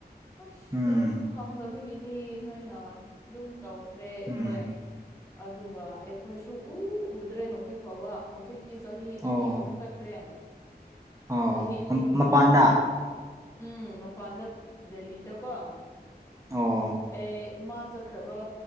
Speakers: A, on the left; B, on the right.
A: ꯑꯁ
B: ꯎꯝ
A: ꯑꯩꯁꯨ ꯈꯪꯗꯕꯒꯤꯅꯤ ꯍꯥꯏꯅ ꯑꯗꯨꯝ ꯇꯧ ꯈ꯭ꯔꯦ ꯑꯩꯈꯣꯏ
B: ꯎꯝ
A: ꯑꯗꯨꯒ ꯑꯩꯈꯣꯏ ꯁꯨꯛꯎ ꯎꯗ꯭ꯔꯦ ꯍꯧꯖꯤꯛ ꯐꯥꯎꯕ ꯍꯧꯖꯤꯛꯇꯤ ꯆꯍꯤ
B: ꯑꯣ
A: ꯑꯅꯤꯒꯨꯝꯕ ꯆꯠꯈ꯭ꯔꯦ
B: ꯑꯣ
A: ꯆꯍꯤ ꯑꯅꯤꯒꯨꯝꯕꯁꯨ
B: ꯃꯄꯥꯟꯗ
A: ꯎꯝ ꯃꯄꯥꯟꯗ ꯗꯦꯜꯂꯤꯗꯀꯣ
B: ꯑꯣ
A: ꯑꯦ ꯃꯥ ꯆꯠꯈ꯭ꯔꯕ